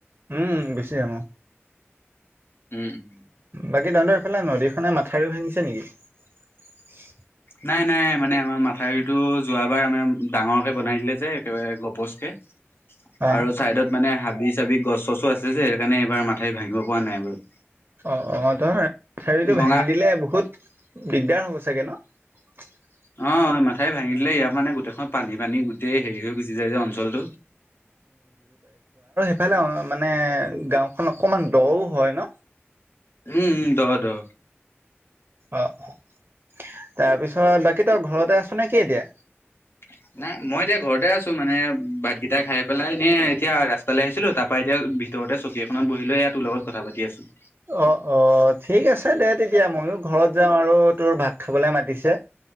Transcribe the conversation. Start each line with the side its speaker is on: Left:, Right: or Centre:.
Right: উম, গুচি আহোঁ।
Left: উম উম।
Right: বাকী তাহঁতৰ এইফালে নদীখনে মথাউৰি ভাঙিছে নেকি?
Left: নাই নাই মানে আমাৰ মাথাউৰিটো যোৱাবাৰ আমাৰ ডাঙৰকে বনাই দিলে যে একেবাৰে গপচকে।
Right: অ
Left: আৰু ছাইডত মানে হাবি চাবি গছ চছো আছে যে সেইটো কাৰণে এইবাৰ মাথা ভাঙিব পৰা নাই বাৰু।
Right: অ', অ', ধ চাৰীটো
Left: ভঙা
Right: <unintelligible> ভাঙি দিলে বহুত দিগদাৰ হ'ব চাগে ন'।
Left: অ', মাথাই ভাঙি দিলে ইয়াৰ মানে গোটেইখন পানী পানী গোটেই হেৰি হৈ গুচি যায় যে অঞ্চলটো।
Right: সফালে মানে গাওঁখন অকমান দও হয় ন'।
Left: উম উ দহ দহ।
Right: অ', অ', তাৰপিছত, বাকী তই ঘৰতে আছ নে কি এতিয়া?
Left: <inaudible> নাই মই এতিয়া ঘৰতে আছো মানে ভাতকেইটা খাই পেলাই এনে এতিয়া ৰাস্তালৈ আহিছিলো তাৰ পৰা এতিয়া তহৰতে চকী এখনত বহিলৈ ইয়া তোৰ লগত কথা পাতি আছো।
Right: অ', অ', ঠিক আছে দে তেতিয়া মইও ঘৰত যাওঁ আৰু তোৰ ভাত খাবলে মাতিছে